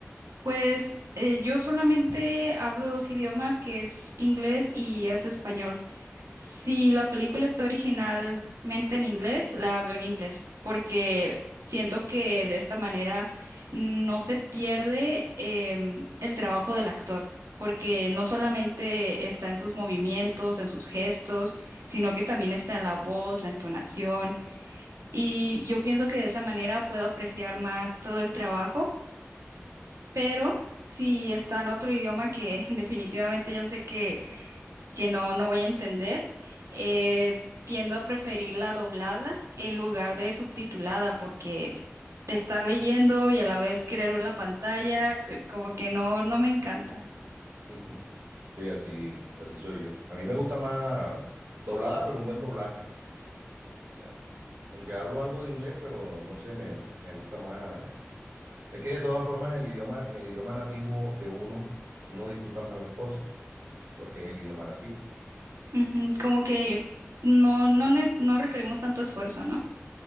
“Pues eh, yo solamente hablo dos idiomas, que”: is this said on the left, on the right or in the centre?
Right